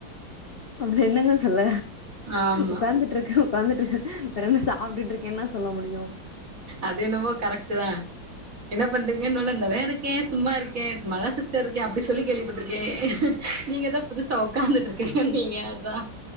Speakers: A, on the left; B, on the right.
A: அப்டி என்னங்க சொல்ல
B: ஆமா
A: ஒக்காந்துட்ருக்கே ஒக்காந்துட்ருக்கே வேறென்ன சாப்டுட்டுருக்கேனா சொல்ல முடியு
B: அது என்னமோ கரெக்ட் தா என்ன பண்றீங்கன்னோனே நல்லா இருக்கே சும்மா இருக்கே சும்மாதா சிஸ்டர் இருக்கே அப்டி சொல்லி கேள்விப்பட்டிருக் கே நீங்க தா புதுசா ஒக்காந்துட்டு இருக்கேங்கனீங்க அதா